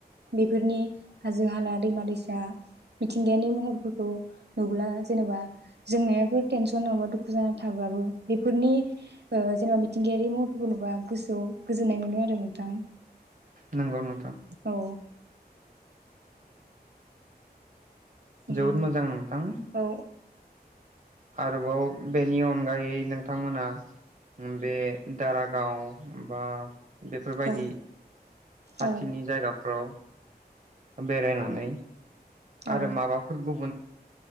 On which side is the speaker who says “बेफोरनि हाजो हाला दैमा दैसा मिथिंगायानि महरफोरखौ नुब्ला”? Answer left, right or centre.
Right